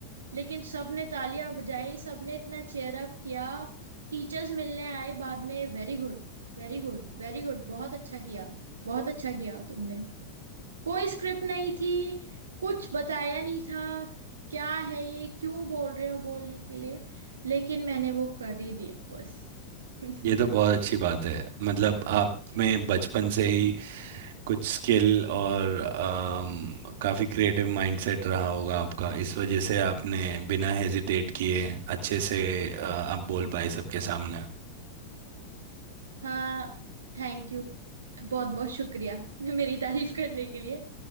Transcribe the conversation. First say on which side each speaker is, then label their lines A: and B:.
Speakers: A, on the right; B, on the right.
A: लेकिन सबने तालियां बजाई सबने इतना चेयर अप किया टीचर्स मिलने आए बाद में very good very good very good बहुत अच्छा किया बहुत अच्छा किया तुमने कोई स्क्रिप्ट नहीं थी कुछ बताया नहीं था क्या है ये क्यों बोल रहे हो बोलने के लिए लेकिन मैंने वो कर ही दिया बस <laughs>
B: ये तो बहुत अच्छी बात है मतलब आप में बचपन से ही कुछ स्किल और अम, काफी क्रिएटिव माइंडसेट रहा होगा आपका इस वजह से आपने बिना हेजिटेट किए अच्छे से अ, आप बोल पाए सबके सामने
A: हाँ थैंक यू बहुत बहुत शुक्रिया <laughs> मेरी तारीफ करने के लिए